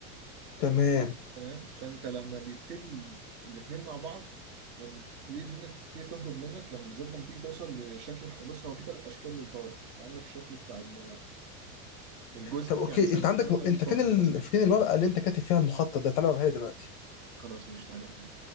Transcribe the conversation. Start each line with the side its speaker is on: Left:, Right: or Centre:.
Left: تمام
Right: تمام فانت لما بيبتدي الاتنين مع بعض بتبتدي الدنيا بتبتدي تهرب منك لما بالذات لما تيجي توصل لشكل الح- بص هو في ثلاث اشكال للباور انت عندك الشكل بتاع ال- الجزئي
Left: طب اوكي
Right: يعني مثلا
Left: انت عندك
Right: انت مثلا
Left: انت
Right: طائر
Left: فين ال...
Right: مثلا
Left: فين الورقه اللي انت كاتب فيها المخطط ده تعالى اوريها لي دلوقتي
Right: خلاص مش تعالى